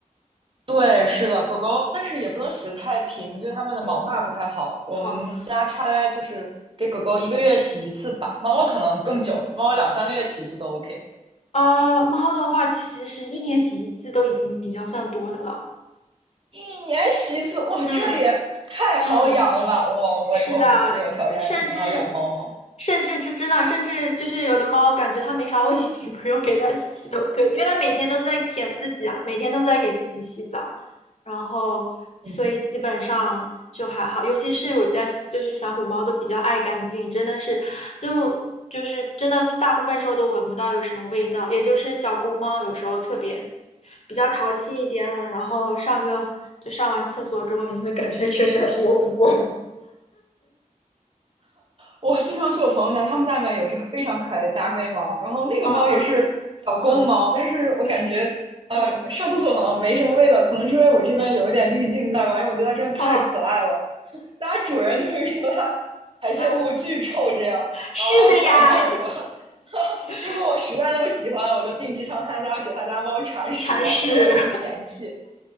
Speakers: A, on the right; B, on the left.
A: 对，是的，狗狗，但是也不能洗得太平，对它们的毛发不太好。
B: 嗯嗯，不好，
A: 我们家差来就是给狗狗一个月洗一次吧，猫猫可能更久，
B: 嗯嗯，
A: 猫猫两三个月洗一次都 OK。
B: 呃，猫的话其实一年洗一次都已经比较算多的了，
A: 一年洗一次，哇，
B: 嗯
A: 这也太好养了吧！
B: 嗯。
A: 我我以后有自己有条件，
B: 是的，甚至
A: 肯定要养猫猫。
B: 甚至这真的，甚至就是有的猫，感觉它没啥问题，你不用给它洗都可以，因为它每天都在舔自己啊，每天都在给自己洗澡，然后所以基本上就还好，
A: 嗯，
B: 尤其是我家就是小母猫都比较爱干净，真的是就就是真的大部分时候都闻不到有什么味道，也就是小公猫有时候特别比较淘气一点，然后上个就上完厕所之后，你会感觉确实还是有股味
A: 我经常去我朋友家，他们家里面有只非常可爱的加菲猫，然后那个猫也是小公猫，
B: 嗯嗯嗯
A: 但是我感觉呃上厕所好像没什么味道，
B: 嗯嗯
A: 可能是因为我这边有一点滤镜在吧，
B: 嗯，
A: 因为我觉得它真的太可爱了。
B: 哦，
A: 那主人就是说他排泄物巨臭这样，
B: 嗯，是的呀，
A: 然后还调侃我说，如果我实在那么喜欢，
B: <laughs>
A: 我就定期上他家给他家猫铲屎吧，
B: 尝试。
A: 反正我也不嫌弃。